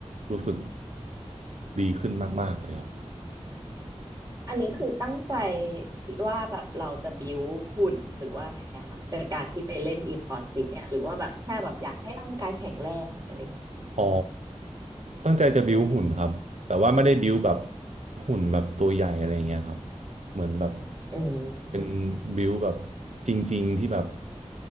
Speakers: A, on the right; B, on the right.
A: รู้สึกดีขึ้นมากๆเลยครับ
B: อันนี้คือตั้งใจคิดว่าแบบเราจะบิวหุ่นหรือว่าไงอะค่ะกดยการที่ไปเล่นอีคอร์ดฟิตเนี่ยหรือว่าแบบแค่แบบอยากให้ร่างกายแข็งแรงอะไรอย่างเงี้ย
A: อ๋อตั้งใจจะบิ้วหุ่นครับแต่ว่าไม่ได้บิ้วแบบหุ่นแบบตัวใหญ่อะไรเงี้ยครับเหมือนแบบ
B: อืม
A: เป็นบิ้วแบบจริงๆที่แบบ